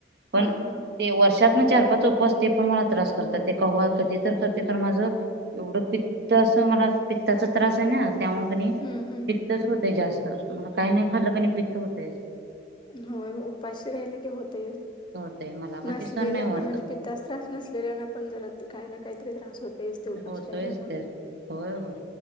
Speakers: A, on the right (about 60°); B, on the left (about 25°).
A: पण
B: हां, हां.
A: ते वर्षात चार पाच उपवास ते पण मला त्रास करतात ते केव्हा कधी तर करते कारण माझं एवढं पित्त असं मला पित्ताचा त्रास आहे नाही त्यामुळे क
B: हं, हं.
A: पित्तच होतेय जास्त मला काही नाही खाल्लं क पित्त होतय
B: हो उपाशी राहिले की होत
A: होतय मला मग
B: नसलेल्यांना
A: ते सहन नाही होत
B: म्हणजे पित्तास त्रास नसलेल्यांना पण जरा काही ना काहीतरी त्रास होतस ते उपाशी
A: होतोयच
B: राहिल्या म
A: ते होय होय